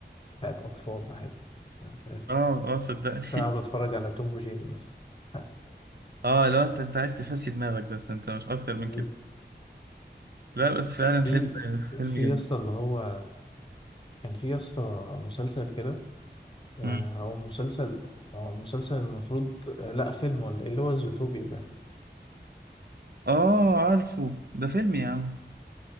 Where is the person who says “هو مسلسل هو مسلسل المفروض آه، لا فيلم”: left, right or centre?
Left